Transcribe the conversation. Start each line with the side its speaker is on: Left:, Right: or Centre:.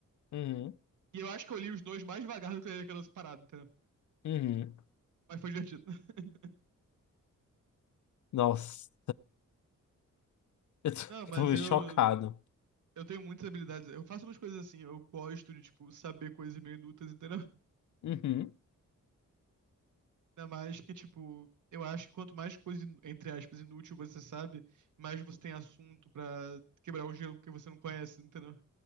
Left: Uhum.
Right: E eu acho que eu li os dois mais devagar do que eu li aquela separado, entendeu?
Left: Uhum.
Right: Mas foi divertido. <laughs>
Left: Nossa, eu tô,
Right: Não, mas
Left: <laughs> tô meio
Right: eu.
Left: chocado.
Right: Eu tenho muitas habilidades. Eu faço umas coisas assim. Eu gosto de, tipo, saber coisas meio inúteis, entendeu? <laughs>
Left: Uhum,
Right: Ainda mais que, tipo. Eu acho que quanto mais coisa, inu- entre aspas, inútil você sabe, mais você tem assunto pra quebrar o gelo que você não conhece, entendeu?